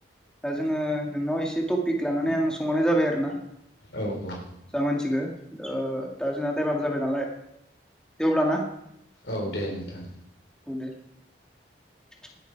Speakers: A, in the centre; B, on the left.
A: दा जोङो नोंनाव एसे टपिक लानानै आं सोंहरनाय जाबाय आरोना।
B: औ औ
A: जों मानसिगो दा जोंना दायबाबो जाबाय नालाय। दे अब्ला ना।
B: औ दे नोंथां।
A: दो <inaudible>